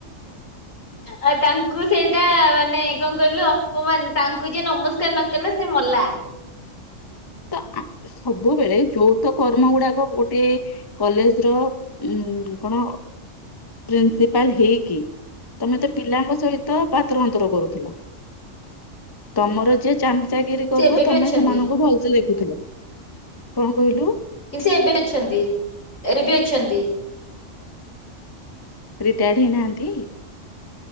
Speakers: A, on the left; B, on the left.
A: ଆଉ ତାଙ୍କୁ ସେଇଟା ମାନେ କଣ କହିଲୁ ଅପମାନ ତାଙ୍କୁ ଯେ ନମସ୍କାର ନକଲା ସେ ମଲା ।
B: ତା ଆ କ ସବୁବେଳେ ଯୋଉ । ତୋ କର୍ମ ଗୁଡାକ ଗୋଟେ କଲେଜ ର । ଉଁ କଣ । ପ୍ରିନ୍ସିପାଲ ହେଇକି ତମେ ତ ପିଲାଙ୍କ ସହିତ ପାତର ଅନ୍ତର କରୁଥିଲ ତମର ଯେ ଚାମ ଚାଗିରି କରିବ
A: ସେ ଏବେ ବି
B: ତମେ
A: ଅଛନ୍ତି
B: ସେମାନଙ୍କୁ ଭଲ । ଦେଖୁଥିଲ କଣ କହିଲୁ?
A: କିନ୍ତୁ ସେ ଏବେ ଅଛନ୍ତି। ଏବେ ବି ଅଛନ୍ତି।
B: ରିଟାୟାର୍ଡ ହେଇନାହାନ୍ତି?